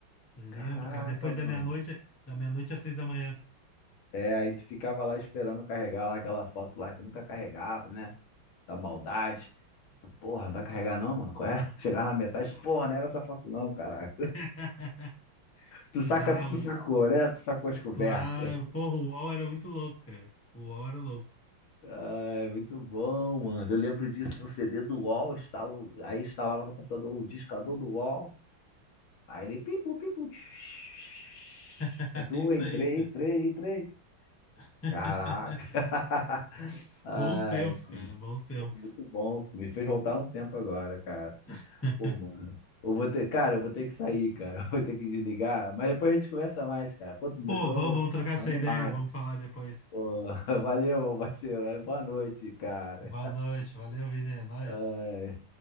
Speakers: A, on the left; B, on the left.
A: Lembro,
B: Caraca,
A: cara. Depois
B: mano.
A: da meia-noite, da meia-noite às seis da manhã.
B: É, aí tu ficava lá esperando carregar lá aquela foto lá que nunca carregava, né? Da maldade. Tu, porra, não vai carregar não, mano? Qual é? <laughs> Chegar na metade, porra, não era essa foto não, caralho.
A: <laughs>
B: Tu saca,
A: Bah,
B: tu
A: o-
B: sacou, né? Tu sacou as conversas.
A: claro. Porra, o UOL era muito louco, cara. O UOL era louco.
B: Ah, é muito bom, mano. Eu lembro disso no CD do UOL, instalo, aí instalava no computador o discador do UOL, aí ele pipu, pipu. tch.
A: <laughs>
B: Eu tô,
A: Isso
B: entrei,
A: aí, cara.
B: entrei, entrei.
A: <laughs>
B: Caraca. <laughs> Ai,
A: Bons tempos, cara. Bons tempos.
B: pô, muito bom. Me fez voltar um tempo agora, cara.
A: <laughs>
B: Pô, mano. Eu vou ter, cara, eu vou ter que sair, cara. <laughs> Eu vou ter que desligar. Mas depois a gente conversa mais, cara. Pô, tu me
A: Pô,
B: deixou
A: vamos, vamos trocar essa
B: pô, animado.
A: ideia. Vamos falar depois.
B: Pô, <laughs> valeu, meu parceiro. Boa noite, cara.
A: Boa noite. Valeu, Vini. É nóis.
B: Ai.